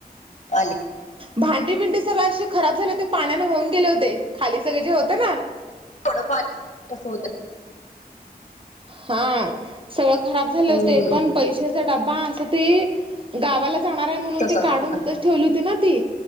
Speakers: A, on the left (about 50°); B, on the right (about 35°).
A: आले
B: भांडी भिंडी सगळ अशी खराब झाली पाण्यान हो गेले होते खाली सगळे जे होत ना
A: थोडंफार कसं होत.
B: हा सगळं खराब झाले
A: हम्म
B: होते पण पैशाचा डबा असं ते गावाला जाणार आहे म्हणून
A: तसाच
B: ते काढून
A: होता
B: तिथंच ठेवली होती ना ती